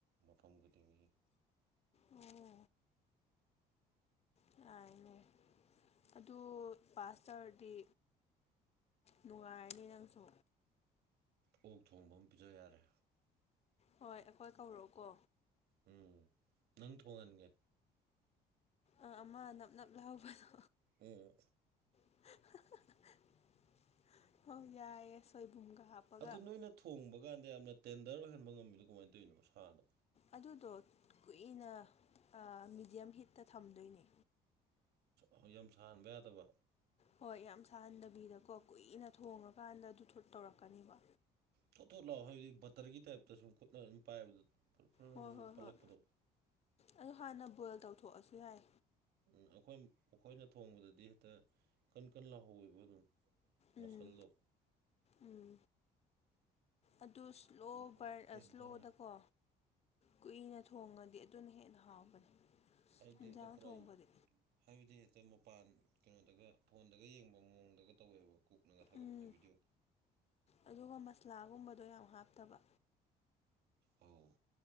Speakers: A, on the right; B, on the left.
A: ꯃꯐꯝ ꯈꯨꯗꯤꯡꯒꯤ
B: ꯑꯣ ꯌꯥꯔꯅꯦ ꯑꯗꯨ ꯄꯥꯁꯇꯧꯔꯗꯤ ꯅꯨꯡꯉꯥꯏꯔꯅꯤ ꯅꯪꯁꯨ
A: ꯑꯣꯛ ꯊꯣꯡꯕ ꯑꯃ ꯄꯤꯖ ꯌꯥꯔꯦ
B: ꯍꯣꯏ ꯑꯩꯈꯣꯏ ꯀꯧꯔꯛꯑꯣꯀꯣ
A: ꯎꯝ ꯅꯪ ꯊꫭꯡꯍꯟꯒꯦ
B: ꯑ ꯑꯃ ꯅꯞ ꯅꯞ ꯂꯥꯎꯕꯗꯣ
A: ꯎꯝ
B: <unintelligible> ꯑꯣ ꯌꯥꯏꯌꯦ ꯁꯣꯏꯕꯨꯝꯒ ꯍꯥꯞꯄꯒ
A: ꯑꯗꯨ ꯅꯣꯏꯅ ꯊꯣꯡꯕ ꯀꯥꯟꯗ ꯌꯥꯝꯅ ꯇꯦꯟꯗꯔ ꯑꯣꯏꯍꯟꯕ ꯉꯝꯃꯤꯗꯣ ꯀꯃꯥꯏꯅ ꯇꯧꯔꯤꯅꯣ ꯁꯥꯗꯣ
B: ꯑꯗꯨꯗꯣ ꯀꯨꯏꯅ ꯃꯤꯗꯤꯌꯝ ꯍꯤꯠꯇ ꯊꯝꯗꯣꯏꯅꯤ
A: ꯑꯣ ꯌꯥꯝ ꯁꯥꯍꯟꯕ ꯌꯥꯗꯕ
B: ꯍꯣꯏ ꯌꯥꯝ ꯁꯥꯍꯟꯗꯕꯤꯗꯀꯣ ꯀꯨꯏꯅ ꯊꯣꯡꯉꯀꯥꯟꯗ ꯑꯗꯨ ꯇꯧꯔꯛꯀꯅꯦꯕ
A: ꯊꯣꯠ ꯊꯣꯠ ꯂꯥꯛꯑꯣ ꯍꯥꯏꯕꯗꯤ ꯕꯇꯔꯒꯤ ꯇꯥꯏꯞꯇ ꯁꯨꯝ ꯈꯨꯠꯅ ꯑꯗꯨꯝ ꯄꯥꯏꯕꯗ ꯐꯔꯔ
B: ꯍꯣꯏ ꯍꯣꯏ
A: ꯄꯜꯂꯛꯄꯗꯣ
B: ꯍꯣꯏ ꯑꯗꯨ ꯍꯥꯟꯅ ꯕꯣꯏꯜ ꯇꯧꯊꯣꯛꯑꯁꯨ ꯌꯥꯏ
A: ꯎꯝ ꯑꯩꯈꯣꯏ ꯑꯩꯈꯣꯏꯅ ꯊꯣꯡꯕꯗꯗꯤ ꯍꯦꯛꯇ ꯀꯟ ꯀꯟꯅ ꯂꯧꯍꯧꯋꯦꯕ ꯑꯗꯨꯝ ꯃꯁꯜꯂꯣ
B: ꯎꯝ ꯎꯝ ꯑꯗꯨ ꯏꯁ꯭ꯂꯣ
A: ꯄꯨꯔꯥ
B: ꯕꯔ
A: ꯇꯦꯟꯗꯔ
B: ꯏꯁ꯭ꯂꯣꯗꯀꯣ
A: ꯑꯣꯏ
B: ꯀꯨꯏꯅ ꯊꯣꯡꯉꯗꯤ ꯑꯗꯨꯅ ꯍꯦꯟꯅ ꯍꯥꯎꯕꯅꯤ
A: ꯍꯥꯏꯕꯗꯤ
B: ꯌꯦꯟꯁꯥꯡ
A: ꯍꯦꯛꯇ ꯄꯨꯔꯥ
B: ꯊꯣꯡꯕꯗꯤ
A: ꯍꯥꯏꯕꯗꯤ ꯍꯦꯛꯇ ꯃꯄꯥꯟ ꯀꯩꯅꯣꯗꯒ ꯐꯣꯟꯗꯒ ꯌꯦꯡꯕ ꯃꯑꯣꯡꯗꯒ ꯇꯧꯋꯦꯕ ꯀꯨꯛꯅꯒ ꯊꯥꯒꯠꯄꯗ
B: ꯎꯝ
A: ꯚꯤꯗꯤꯑꯣ
B: ꯑꯗꯨꯒ ꯃꯁꯂꯥꯒꯨꯝꯕꯗꯣ ꯌꯥꯝ ꯍꯥꯞꯇꯕ
A: ꯑꯧ